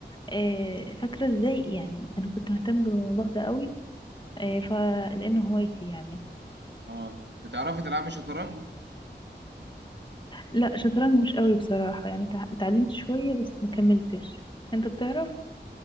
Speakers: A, on the left; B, on the right.
A: آه، فاكرة ازاي يعني انا كنت مهتم بالموضوع ده قوي آه، فلانه هوايتي يعني
B: آه، بتعرفي تلعبي شطرنج؟
A: لا شطرنج مش قوي بصراحة يعني تع- اتعلمت شوية بس ما كملتش انت بتعرف